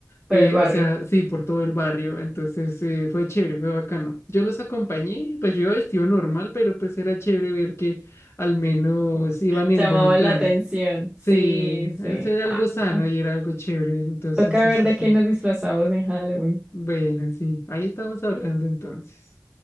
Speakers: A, in the centre; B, on the left (about 60°).
A: por
B: eh,
A: el barrio.
B: o sea, sí, por todo el barrio. Entonces eh, fue chévere, fue bacano. Yo los acompañé, pues yo iba vestido normal, pero pues era chévere ver que al menos iban
A: Llamaba
B: en buen
A: la
B: plan.
A: atención. Sí,
B: Sí,
A: sí.
B: eso era
A: Ah,
B: algo sano y era algo chévere. Entonces,
A: toca ver
B: eso
A: de
B: sí.
A: qué nos disfrazamos en Halloween.
B: Bueno, sí, ahí estamos hablando entonces.